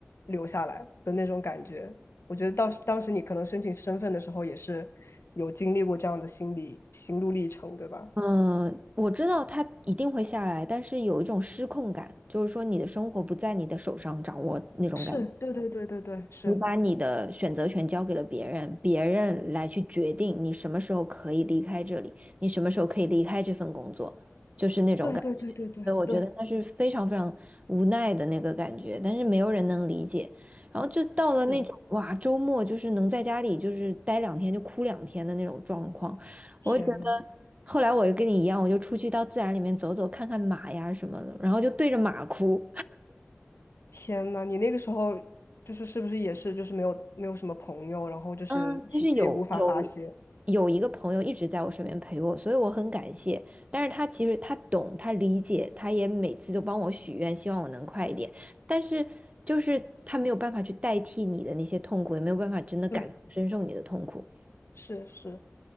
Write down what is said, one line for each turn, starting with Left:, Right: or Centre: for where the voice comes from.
Left: 留下来的那种感觉。我觉得到时当时你可能申请身份的时候也是有经历过这样的心理心路历程，对吧？
Right: 嗯，我知道他一定会下来，但是有一种失控感，就是说你的生活不在你的手上掌握那种感觉。
Left: 是，对对对对对，是，
Right: 你把你的选择权交给了别人，别人来去决定你什么时候可以离开这里，你什么时候可以离开这份工作，就是那种感觉。
Left: 对对对对对对，
Right: 所以我觉得那是非常非常无奈的那个感觉，但是没有人能理解。然后就到了那种哇，
Left: 是。
Right: 周末就是能在家里就是待两天就哭两天的那种状况，
Left: 天呐，
Right: 我就觉得。后来我就跟你一样，我就出去到自然里面走走，看看马呀什么的，然后就对着马哭。
Left: 天呐，你那个时候就是是不是也是就是没有没有什么朋友，然后就是情绪也无法发泄。
Right: 嗯，其实有有有一个朋友一直在我身边陪我，所以我很感谢。但是他其实他懂，他理解，他也每次都帮我许愿，希望我能快一点。但是就是他没有办法去代替你的那些痛苦，也没有办法真的感同身受你的痛苦。
Left: 对，是是，